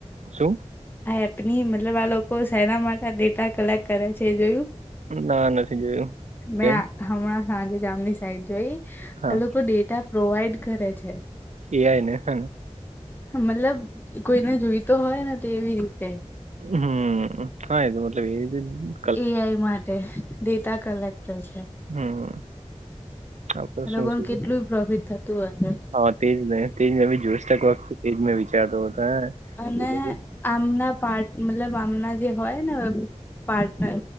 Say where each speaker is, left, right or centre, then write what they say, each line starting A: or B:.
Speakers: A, on the right; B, on the left.
A: શું
B: આ એપની મતલબ આ લોકો સેના માટે ડેટા કલેક્ટ કરે છે એ જોયું
A: ના નથી જોયું
B: મેં
A: કેમ?
B: હમણાં સાંજે જામની સાઈડ જોઈ આ
A: હા
B: લોકો ડેટા પ્રોવાઈડ કરે છે
A: એ આઈ ને હ
B: મતલબ કોઈને જોઈતો હોય ને તો એવી રીતે
A: હમ હા એનો મતલબ એ જ <inaudible>
B: એ આઈ માટે ડેટા કલેક્ટર છે
A: હમ્મ. આ તો
B: એ
A: શું
B: લોકોને
A: છે
B: કેટલું
A: કે
B: પ્રોફિટ થતું હશે?
A: હા, તેજ ને તેજ મેં બી <unintelligible> એજ મેં વિચારતો હતો
B: અને આમના પાર્ટ મતલબ આમના જે હોય ને પાર્ટનર